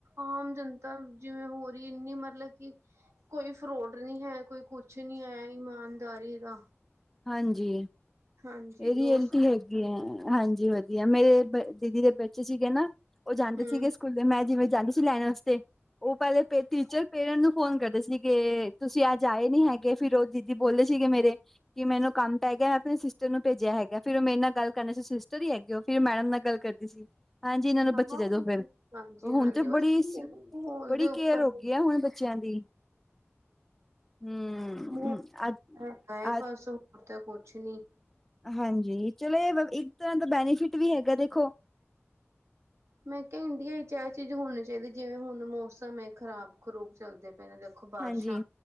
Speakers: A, on the right (about 75°); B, in the centre.
A: ਆਮ ਜਨ ਤਾਂ ਜਿਵੇਂ ਹੋ ਰਹੀ ਇੰਨੀ ਮਤਲਬ ਕਿ ਕੋਈ ਫਰੋਡ ਨੀ ਹੈ ਕੋਈ ਕੁਛ ਨਹੀਂ ਹੈ ਇਮਾਨਦਾਰੀ ਦਾ
B: ਹਾਂਜੀ
A: ਹਾਂਜੀ
B: ਇਹੀ
A: ਹੋਰ
B: ਰਿਐਲਟੀ ਹੈਗੀ ਏ ਹਾਂਜੀ ਵਦੀਆ ਮੇਰੇ ਦੀਦੀ ਦੇ ਬੱਚੇ ਸੀਗੇ ਨਾ, ਉਹ ਜਾਂਦੇ
A: ਹਮ
B: ਸੀਗੇ ਸਕੂਲੇ, ਮੈਂ ਜਿਵੇਂ ਜਾਂਦੀ ਸੀ ਲੈਣ ਵਾਸਤੇ। ਉਹ ਪਹਿਲੇ ਟੀਚਰ ਪੇਰੈਂਸ ਨੂੰ ਫੋਨ ਕਰਦੇ ਸੀ ਕਿ ਤੁਸੀ ਅਜ ਆਏ ਨੀ ਹੈਗੇ। ਫੇਰ ਉਹ ਦੀਦੀ ਬੋਲੇ ਸੀਗੇ ਮੇਰੇ ਕਿ ਮੈਨੂੰ ਕੰਮ ਪੈ ਗਿਆ ਮੈਂ ਆਪਣੇ ਸਿਸਟਰ ਨੂੰ ਭੇਜਿਆ ਹੈਗਾ ਫੇਰ ਉਹ ਮੇਰੇ ਨਾਲ ਗੱਲ ਕਰਨਾ ਸੀ ਸਿਸਟਰ ਹੀ ਹੈਗੇ ਉਹ ਫੇਰ ਮੈਡਮ ਨਾਲ ਗੱਲ ਕਰਦੀ ਸੀ। ਜੀ <inaudible> ਹਾਂਜੀ ਇਹਨਾਂ ਨੂੰ
A: ਹਾਂ
B: ਬੱਚੇ ਦੇ ਦੋ ਫੇਰ
A: ਹਾਂਜੀ
B: ਹੁਣ
A: ਹਾਂਜੀ
B: ਤੇ
A: ਬਸ
B: ਬੜੀ
A: ਉਹੀ ਹੈ ਨਾ ਮਾਹੌਲ
B: ਬੜੀ
A: ਦੇ
B: ਕੇਅਰ
A: ਉੱਪਰ
B: ਹੋ ਗਈ ਆ ਹੁਣ ਬੱਚਿਆ ਦੀ ਹਮ
A: ਹੂੰ। ਐ
B: ਅੱਜ
A: ਐ ਪਾਸੋ ਤੇ ਕੁਛ ਨੀ
B: ਹਾਂਜੀ ਚਲੋ ਇਹ ਇੱਕ ਤਰਾਂ ਦਾ ਬੈਨੀਫਿਟ ਵੀ ਹੈਗਾ ਦੇਖੋ
A: ਮੈਂ ਕਿਹਾ ਇੰਡੀਆ ਵਿਚ ਇਹ ਚੀਜ਼ ਹੋਣੀ ਚਾਹੀਦੀ ਜਿਵੇਂ ਹੁਣ ਮੌਸਮ ਹੈ ਖਰਾਬ-ਖਰੂਬ ਚੱਲਦੇ ਪ ਨੇ ਦੇਖੋ ਬਾਰਿਸ਼ਾਂ
B: ਹਾਂਜੀ